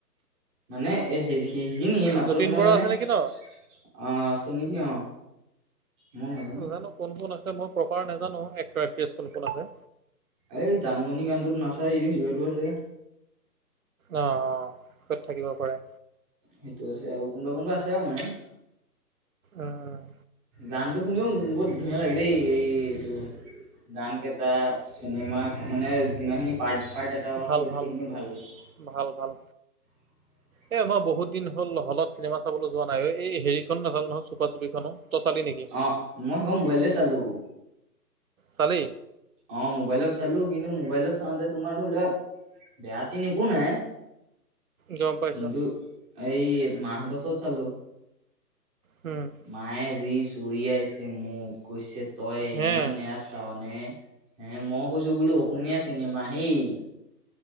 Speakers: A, in the centre; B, on the right (about 55°).
A: মানে এ সেই', - সেইখিনিয়ে মাত্ৰ
B: যতীন
A: তোমাৰ
B: বৰা
A: মানে',
B: আছে নেকি
A: অহ',
B: ন
A: আছোঁ নেকি? অ', মই নাজানো
B: নাজানোঁ কোন কোন আছে মই প্ৰপাৰ নাজানোঁ এক্টৰ - এক্ট্ৰেছ কোন কোন আছে',
A: এই জানমণি গানটোত নচা এইটো হিৰোটো আছে',
B: অ', - অ', তাত থাকিব পাৰে',
A: সেইটো আছে আৰু কোনোবা কোনোবা আছে আৰু মানে',
B: অহ',
A: গানটো শুনিও উম', বহুত ধুনীয়া লাগে দেই এই - এইটো', গান কেইটা, চিনেমা মানে যিমানখিনি পাৰ্ট-পাৰ্ট আছে',
B: ভাল
A: গোটেইখিনি
B: ভাল
A: লাগিছে
B: ভাল ভাল।
A: <unintelligible>
B: এ আমাৰ বহুত দিন হ'ল হলত চিনেমা চাবলৈ যোৱা নাই এই হেৰিখন নহ'ল নহয় চুপা চুপি খনো তই চালি নেকি?
A: অঁ মই সেইখন মোবাইলতে চালোঁ।
B: চালি
A: অঁ মোবাইলত চালো কিন্তু মোবাইলত চাওঁতে তোমাৰ ধৰি লোৱা। বেয়া চিন একো নাই।
B: গম পাইছো
A: কিন্তু এই মা হঁতৰ ওচৰত চালোঁ।
B: উম
A: মায়ে যি চৰিয়াছে মোক কৈছে তই
B: হে
A: ইমান এয়া চাৱ নে। এ মই কৈছোঁ বোলো অসমীয়া চিনেমা সেই -